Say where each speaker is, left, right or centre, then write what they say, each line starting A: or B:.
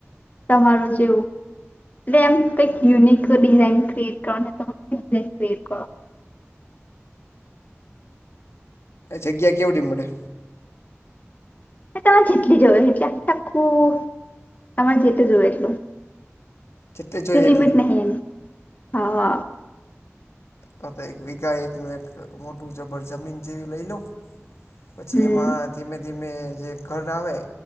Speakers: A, on the left; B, on the left.
A: તમારું જેવું. એટલે એમ કંઈક યુનિક ડિઝાઇન ક્રિએટ કરો <inaudible> ક્રએટ કરો.
B: જગ્યા કેવડી મળે?
A: તમારે જેટલી જોવે એટલી. આખું તમારે જેતલું જોવે એટલું.
B: જેટલી જોઈએ
A: કોઈ લીમિટ
B: એટલી
A: નહી. હા.
B: તો તો એક વીઘા એકનું એક મોટું જબર જમીન જેવી લઈ લઉ? પછી
A: હમ
B: એમાં ધીમે ધીમે જે ઘર આવે